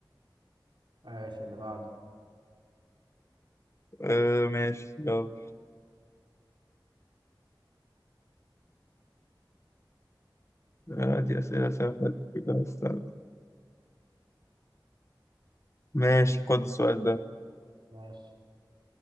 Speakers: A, on the right; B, on the left.
A: ماشي اللي بعده
B: آه ماشي يلا آه دي أسئلة سهلة دي كلها استنى ماشي خد السؤال ده
A: ماشي